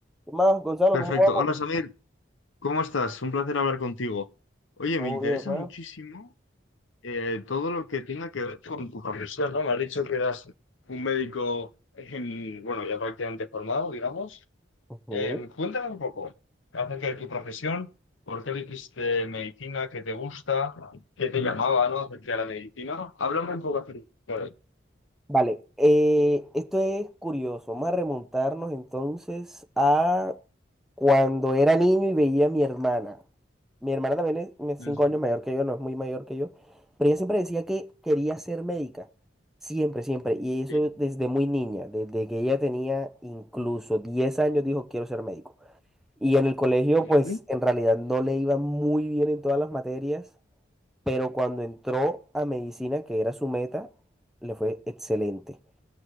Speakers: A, in the centre; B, on the left (about 85°).
A: ¿Qué más, Gonzalo?
B: Perfecto.
A: ¿Cómo vamos?
B: Hola Samir, ¿cómo estás? Un placer hablar contigo. Oye,
A: Oye,
B: me interesa
A: papá.
B: muchísimo eh, todo lo que tenga que ver con tu profesión, ¿no? Me has dicho que eras un médico, en- bueno, ya prácticamente formado, digamos.
A: Ujú.
B: Eh, cuéntame un poco acerca de tu profesión, por qué elegiste medicina, qué te gusta, qué te llamaba, ¿no? Acerca de la medicina. Háblame un poco acerca de
A: Vale, eh, esto es curioso. Vamos a remontarnos entonces a cuando era niño y veía a mi hermana. Mi hermana también es es
B: Ujú,
A: cinco años mayor que yo, no es muy mayor que yo, pero ella siempre decía que quería ser médica. Siempre, siempre. Y eso
B: sí.
A: desde muy niña, desde que ella tenía incluso 10 años, dijo, quiero ser médico. Y en el colegio,
B: Ujú,
A: pues en realidad no le iba muy bien en todas las materias. pero cuando entró a medicina, que era su meta, le fue excelente.